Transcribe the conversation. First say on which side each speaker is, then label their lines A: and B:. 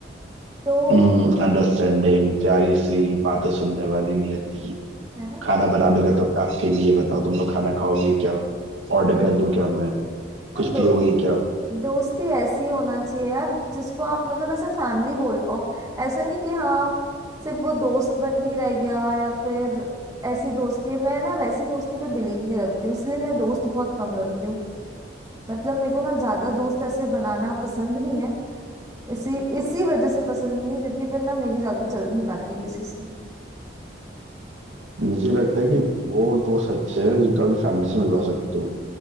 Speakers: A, on the right; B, on the right.
A: तो
B: हम्म, अंडरस्टैंडिंग प्यारी सी बातें सुनने वाली नियति
A: है ना
B: खाना बना दूंगा तो आपके लिए बताओ तुम लोग खाना खाओगे क्या ऑर्डर
A: हाँ,
B: कर दूं क्या मैं
A: तो
B: कुछ
A: दो
B: पियोगे क्या
A: दोस्ती ऐसी होना चाहिए यार जिसको आप मतलब ऐसा फैमिली बोल पाओ ऐसा नहीं कि हाँ सिर्फ वो दोस्त बन के रह गया या फिर ऐसी दोस्ती है मैं ना वैसी दोस्ती पे बिलीव नहीं रखती हूँ इसलिए मैं दोस्त बहुत कम रखती हूँ मतलब मेरे को ना ज्यादा दोस्त ऐसे बनाना पसंद नहीं है इसी इसी वजह से पसंद नहीं है क्योंकि फिर ना मेरी ज्यादा चल नहीं पाती किसी से
B: मुझे लगता है कि वो दोस्त अच्छे हैं जिनको आपकी फैमिली से मिलवा सकते हो